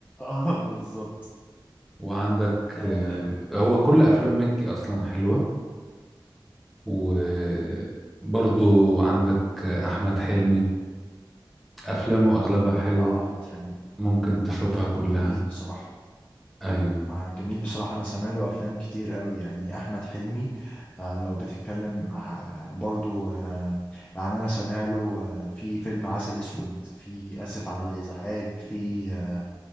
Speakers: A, on the left (about 20°); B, in the centre.
A: آه بالظبط
B: وعندك
A: آه
B: آه، هو كل افلام
A: م-
B: مكي اصلا حلوه وبرضو
A: م- م.
B: عندك آه، احمد حلمي افلامه اغلبها حلوه
A: آه أحمد حلمي
B: ممكن تشوفها
A: أحمد حلمي
B: كلها
A: جميل بصراحة
B: ايوه
A: آه جميل بصراحة أنا سامع له أفلام كتير قوي يعني أحمد حلمي آه لو بتتكلم آه برضو آه يعني أنا سامع له آه في فيلم عسل أسود في آسف على الإزعاج في آه،